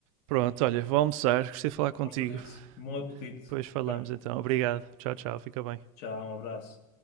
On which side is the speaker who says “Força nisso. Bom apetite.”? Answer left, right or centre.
Left